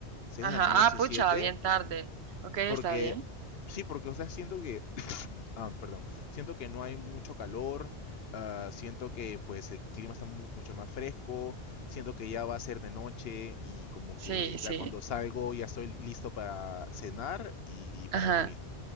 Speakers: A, on the left; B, on the right.
A: 6
B: Ajá,
A: de la noche,
B: ah, pucha,
A: 7,
B: bien tarde. Ok, está
A: porque
B: bien.
A: sí, porque o sea, siento que, <clears throat> ah, perdón, siento que no hay mucho calor, ah, siento que pues el clima está mu- mucho más fresco, siento que ya va a ser de noche y como
B: Sí,
A: que
B: sí.
A: ya cuando salgo ya estoy listo para cenar y para
B: Ajá.
A: dormir.